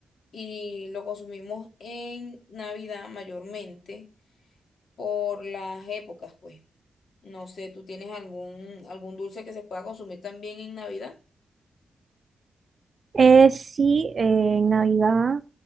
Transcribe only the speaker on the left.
y lo consumimos en Navidad mayormente por las épocas, pues. No sé, ¿tú tienes algún, algún dulce que se pueda consumir también en Navidad?